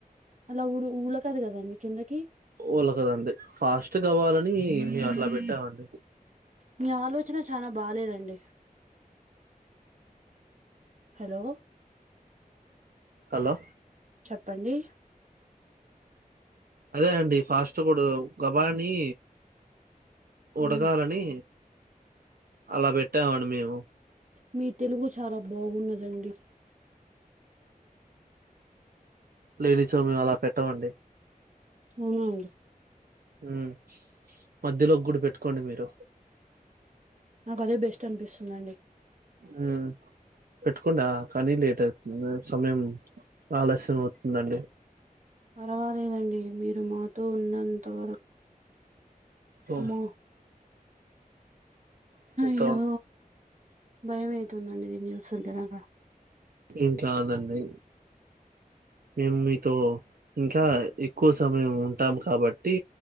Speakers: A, on the right; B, on the right.
A: అలా ఊ ఊలకదు కదండి కిందకి
B: ఉలకదండి ఫాస్ట్ కావాలని అట్లా పెట్టామండి
A: మీ ఆలోచన చాలా బాలేేదండి హలో
B: హలో
A: చెప్పండి
B: అదే అండి ఫాస్ట్ ఫుడ్ గబానీ
A: హ్మ్.
B: ఉడకాలని అలా పెట్టాం అని మేము
A: మీ తెలుగు చాలా బాగున్నదండి
B: లేనిచో మేము అలా పెట్టమండి
A: అవునండి
B: మ్మ్ మధ్యలో గుడి పెట్టుకోండి మీరు
A: నాకు అదే బెస్ట్ అనిపిస్తుందండి
B: మ్మ్ పెట్టుకోండా కానీ లేట్ అవుతుంది సమయం ఆలస్యం అవుతుందండి
A: పర్వాలేదండి మీరు మాతో ఉన్నంత వర
B: ఓ
A: మ్మో
B: ఒక్
A: అయ్యో భయం అయితుందండి దీని చూస్తుంటే నాకు
B: ఎంకాదండి మేము మీతో ఇంకా ఎక్కువ సమయం ఉన్ ఉంటాం కాబట్టి